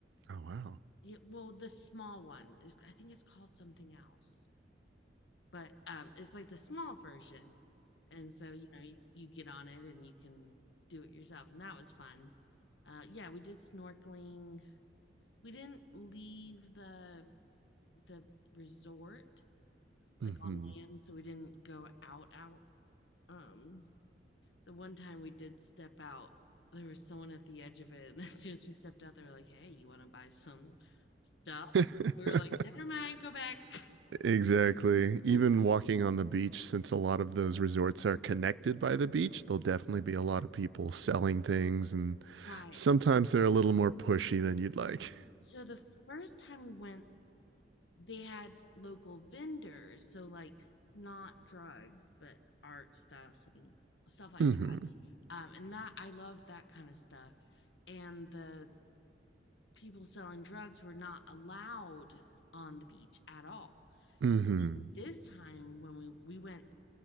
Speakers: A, on the right; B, on the left.
A: Oh, wow.
B: Yeah, well, the small one is. I think it's called something else. But, um, it's like the small version, and so, you know, you you get on it and you can do it yourself, and that was fun. Uh, yeah, we did snorkeling. We didn't leave the the resort,
A: Mm-hmm.
B: like, on land, so we didn't go out, out. Um, the one time we did step out, there was someone at the edge of it, and <laughs> as soon as we stepped out, they were like, "Hey, you wanna buy some stuff?"
A: <laughs>
B: We were like, "Never mind, go back."
A: Exactly.
B: <laughs>
A: Even walking on the beach, since a lot of those resorts are connected by the beach, there'll definitely be a lot of people selling things, and
B: Right.
A: sometimes they're a little more pushy than you'd like.
B: So the first time we went, they had local vendors, so like not drugs, but art stuff and stuff like
A: hmm
B: that. Um, and that I love that kind of stuff. And the people selling drugs were not allowed on the beach at all.
A: hmm
B: And this time when we we went